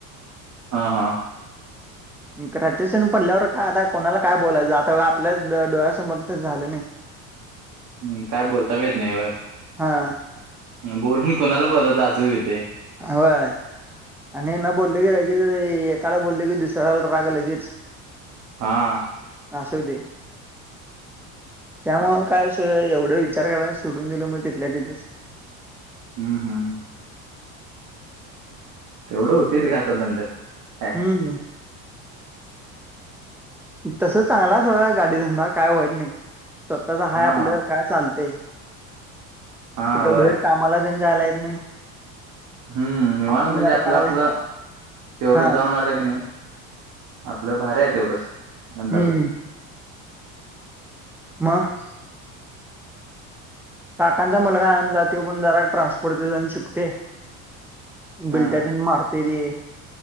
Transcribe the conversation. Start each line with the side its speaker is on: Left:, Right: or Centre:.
Right: ह हा.
Centre: म क्रॅचेस तेन पडल्यावर काय आता कोणाला काय बोलायचं आता आपल्याच डोळ्यासमोर तर झालं नाही. <unintelligible>
Right: हम्म काय बोलता बी येत नाही व.
Centre: हा.
Right: हं बोलून कोणाला बोलयच अस भी होतय.
Centre: व्हय. आणि न बोलले की लगेच एकाला बोलले की दुसऱ्या राग लगेच.
Right: हा.
Centre: अस हुतंय. त्यामूळ काय अस एवढं विचार करायला सोडून दिल मग तिथल्या तिथेच.
Right: हम् हम्म हम. तेवढं होतय रे आता धंद्यात. काय
Centre: हम्. तस चांगला अस गाडी धंदा काय वाईट नाही स्वतःचा हाय
Right: हा
Centre: आपलं. काय चालतय
Right: हा
Centre: <inaudible> कुठ बाहेर
Right: व्हय
Centre: कामाला तेन जायला येत नाही.
Right: हम्म निवांत
Centre: आपण
Right: म्हणजे
Centre: जरा
Right: आपलं
Centre: काय
Right: आपलं तेवढंच
Centre: हा
Right: जाऊन आलं की नाही. आपलं भार आहेत एवढंच नंदा
Centre: हम्म
Right: दिेव.
Centre: मग. काकांचा मुलगा कायम जातो पण जरा ट्रान्सपोर्ट जण शिकतोय.
Right: हा
Centre: बिलाट्या तेन मारतय ते.